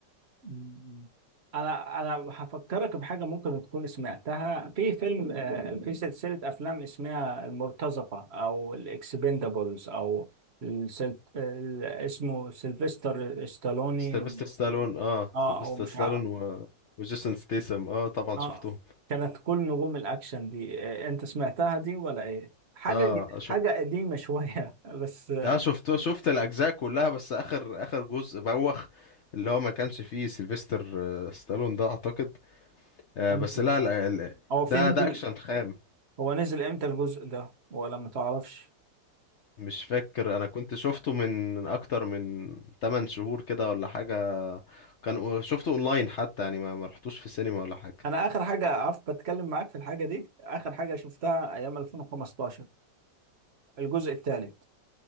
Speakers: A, on the right; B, on the left.
A: م- م. انا انا هفكرك بحاجه ممكن تكون سمعتها في فيلم آه، في سلسله افلام اسمها المرتزقه او الاكسبندابلز او السل... ال- اسمه سيلفستر ستالوني
B: سيلفستر ستالون اه
A: اه
B: سيلفستر
A: او مش
B: ستالون
A: عارف
B: و... وجيسون ستيسم اه طبعا
A: اه
B: شفتهم
A: كانت كل نجوم الاكشن دي آه، انت سمعتها دي ولا ايه حاجه
B: اه شو...
A: حاجه قديمه شويه <laughs> بس آه،
B: اه شفت شفت الاجزاء كلها بس اخر اخر جزء بوخ اللي هو ما كانش فيه سيلفستر آه، ستالون ده اعتقد آه
A: امتى
B: بس لا
A: يعني
B: لا ال-
A: هو في
B: ده
A: نزل
B: ده اكشن خام
A: هو نزل امتى الجزء ده ولا ما تعرفش
B: مش فاكر انا كنت شفته من اكتر من 8 شهور كده ولا حاجة كان شفته اونلاين حتى يعني ما ما رحتوش في السينما ولا حاجه
A: انا اخر حاجه عارف بتكلم معاك في الحاجه دي اخر حاجه شفتها ايام 2015 الجزء الثالث